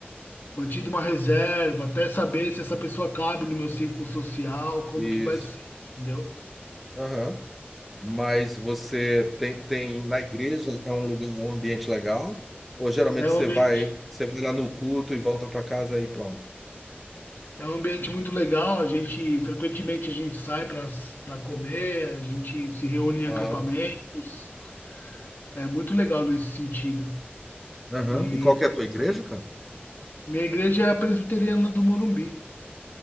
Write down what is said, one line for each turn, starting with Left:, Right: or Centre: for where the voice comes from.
Left: mantido uma reserva até saber se essa pessoa cabe no meu círculo social, como
Centre: Isso.
Left: que vai ser, entendeu?
Centre: Aham. Mas você tem, tem na igreja é um lugar, um ambiente legal? Ou geralmente
Left: É
Centre: você
Left: um ambiente,
Centre: vai, você vai lá no culto e volta para casa e pronto?
Left: é um ambiente muito legal, a gente frequentemente a gente sai para para comer, a gente se reúne
Centre: Fala.
Left: em acampamentos. É muito legal nesse sentido.
Centre: Aham.
Left: E
Centre: E qual que é a tua igreja, cara?
Left: minha igreja é a presbiteriana do Morumbi,